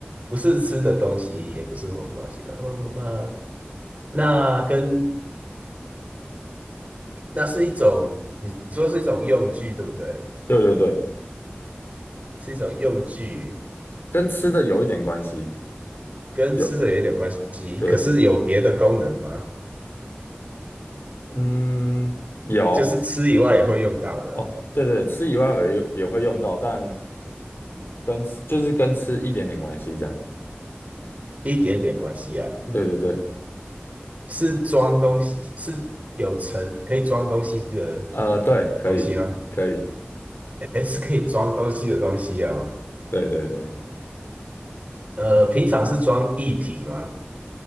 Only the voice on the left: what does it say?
对对对，
跟吃的有一点关系，
有，对，
嗯，有。
哦，对对，吃以外也有也会用到，但跟吃就是跟吃一点点关系这样。
对对对，
呃，对，可以可以，
对对对